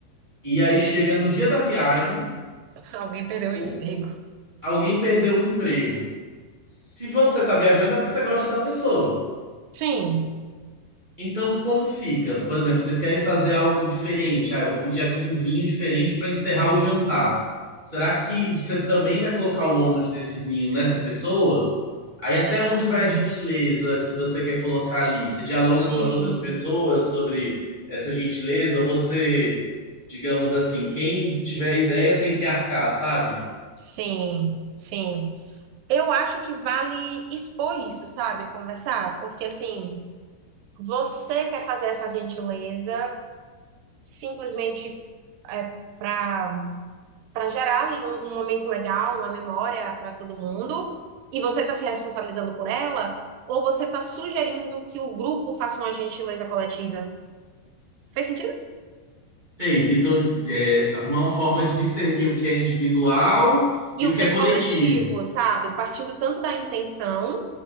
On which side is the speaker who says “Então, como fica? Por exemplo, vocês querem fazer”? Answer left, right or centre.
Right